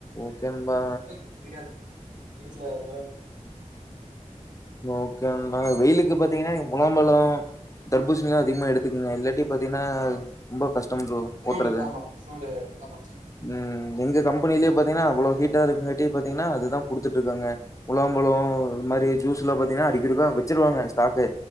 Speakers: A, on the left; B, on the right.
A: ஓகே நண்பா
B: பெருசா கிடையாது பீச்சுல
A: ஓகே நண்பா வெயிலுக்கு பாத்தீங்கன்னா முலாம்பழம் தர்பூசணிலிம் அதிகமா எடுத்துக்குங்க இல்லாட்டி பாத்தீங்கன்னா ரொம்ப கஷ்டம் ப்ரோ
B: சூடு
A: ஒட்றது
B: ஆமா சூடு ஆமா கரெக்ட் தா
A: உம் எங்க கம்பெனிலயே பாத்தீங்கன்னா அவ்வளோ ஹீட்டா இரு பாத்தீங்கன்னா அதுதான் கூடுத்துட்டு இருக்காங்க உளாம்பழம் இது மாதிரி ஜூஸ்ல பாத்தீங்கன்னா அடிக்க இருக்கா வச்சிருவாங்க ஸ்டாக்கு